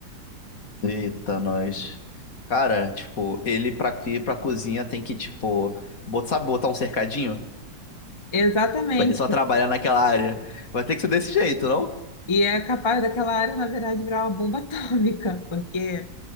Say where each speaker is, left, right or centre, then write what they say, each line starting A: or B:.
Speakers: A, on the left; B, on the left.
A: Eita, nós. Cara, tipo, ele pra ir pra cozinha tem que, tipo, bot- sabe botar um cercadinho?
B: Exatamente.
A: Pra ele só trabalhar naquela área. Vai ter que ser desse jeito, não?
B: E é capaz daquela área, na verdade, virar uma bomba atômica, porque